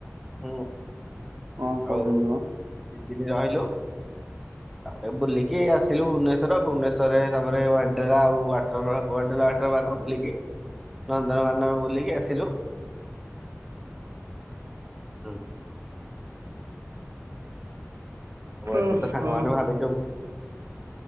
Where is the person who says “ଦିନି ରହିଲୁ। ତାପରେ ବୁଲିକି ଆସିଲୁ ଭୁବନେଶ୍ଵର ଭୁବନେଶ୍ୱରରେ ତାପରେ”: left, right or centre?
Centre